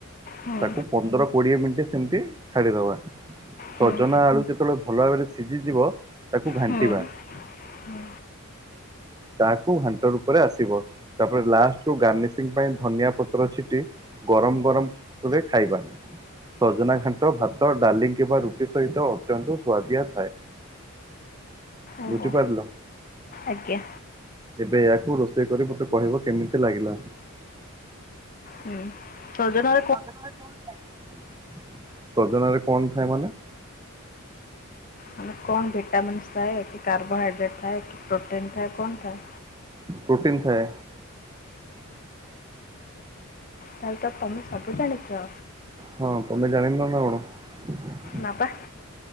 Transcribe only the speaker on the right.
ତାକୁ ପନ୍ଦର କୋଡ଼ିଏ ମିନିଟ୍ ସେମତି ଛାଡ଼ିଦବା ସଜନା
ଆଳୁ ଯେତେବେଳେ ଭଲ ଭାବରେ ସିଝିଯିବ ତାକୁ ଘାଣ୍ଟିବା
ତାକୁ ଘାଣ୍ଟ ରୂପରେ ଆସିବ ତାପରେ ଲାଷ୍ଟକୁ ଗାର୍ନିସିଂ ପାଇଁ ଧନିଆ ପତ୍ର ଛିଟି ଗରମ ଗରମରେ ଖାଇବା ସଜନା ଘାଣ୍ଟ ଭାତ ଡାଲି କିମ୍ବା ରୁଟି ସହିତ ଅତ୍ୟନ୍ତ ସୁଆଦିଆ ଥାଏ।
ବୁଝିପାରିଲ?
ଏବେ ଏହାକୁ ରୋଷେଇ କରି ମତେ କହିବ କେମିତି ଲାଗିଲା?
ସଜନାରେ କଣ ଥାଏ ସଜନାରେ କଣ ଥାଏ ମାନେ?
ପ୍ରୋଟିନ୍ ଥାଏ।
ହଁ ତମେ ଜାଣିନନା କଣ?